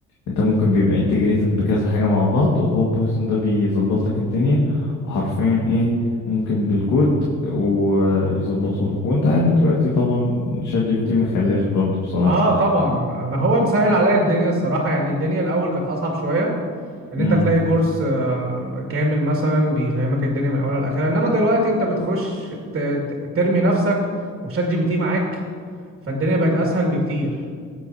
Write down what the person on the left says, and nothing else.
انت ممكن بيبقى انتجريتد بكذا حاجة مع بعض وهو بايثون ده بيظبط لك الدنيا وحرفيا ايه ممكن بالكود ويظبطه لك وانت عارف دلوقتي طبعا شات جي بي تي ما خلاش برضه بصراحة
امم